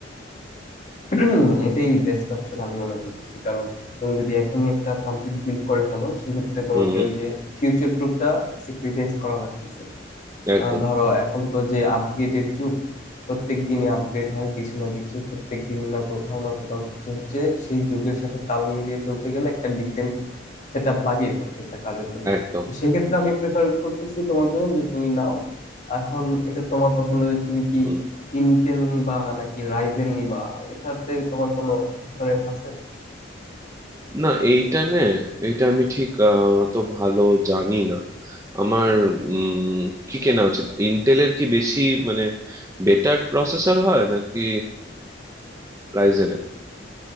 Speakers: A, on the left; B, on the right.
A: <clears throat> এটাই বেস্ট অপশন আমি মনে করতেছি কারণ তুমি যদি এখনই একটা কমপ্লিট বিল্ড করে ফেলো সেক্ষেত্রে তোমাকে
B: হুম
A: ওই যে ফিউচার প্রুফটা স্যাক্রিফাইস করা লাগতেছে
B: একদম
A: আহ, ধরো এখন তো যে আপগ্রেডের যুগ প্রত্যেক দিনে আপগ্রেড হয় কিছু না কিছু প্রত্যেক দিন না কোথাও না কোথাও কিছু হচ্ছে সেই যুগের সাথে তাল মিলিয়ে চলতে গেলে একটা ডিসেন্ট সেট আপ লাগেই প্রত্যেকটা কাজের জন্য
B: একদম
A: তো সেই ক্ষেত্রে আমি প্রেফার করতেছি তোমার জন্য যে তুমি নাও এখন এটা তোমার পছন্দ যে তুমি কি
B: হুম
A: ইন্টেল নিবা নাকি রাইজেন নিবা এটাতে তোমার কোনো প্রিফারেন্স আছে
B: না এইটা নে এটা আমি ঠিক আহ, অত ভালো জানি না আমার উম কি কেনা উচিত ইন্টেলের কি বেশি মানে বেটার প্রসেসর হয় নাকি রাইজেনের